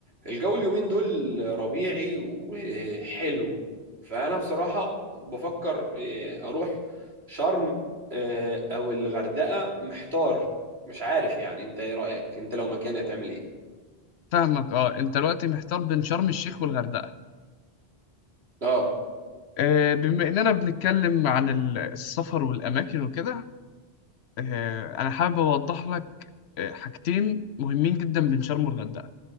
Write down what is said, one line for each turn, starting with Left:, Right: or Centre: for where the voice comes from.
Right: الجو اليومين دول ربيعي وحلو فأنا بصراحة بفكر آه، أروح شرم آه، أو الغردقة محتار مش عارف يعني أنت إيه رأيك؟ أنت لو مكاني هتعمل إيه؟
Left: فاهمك اه انت دلوقتي محتار بين شرم الشيخ والغردقه
Right: آه
Left: آه، بما اننا بنتكلم عن ال- السفر والاماكن وكده آه، انا حابب اوضح لك آه، حاجتين مهمين جدا بين شرم والغردقه